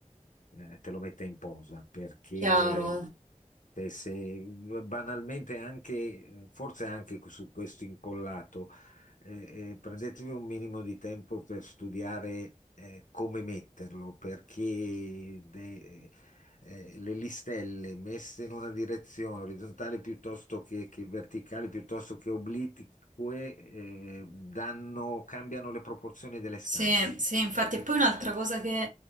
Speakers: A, on the left; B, on the right.
A: eh, te lo metta in posa, perché
B: chiaro.
A: se, se- banalmente anche, eh, forse anche su questo incollato. Eh, eh, prendetevi un minimo di tempo per studiare eh, come metterlo, perché de- eh, eh, le listelle messe in una direzione orizzontale piuttosto che, che verticale, piuttosto che oblique, eh, danno, cambiano le proporzioni delle stanze,
B: Sì, sì, infatti, e poi un'altra cosa che,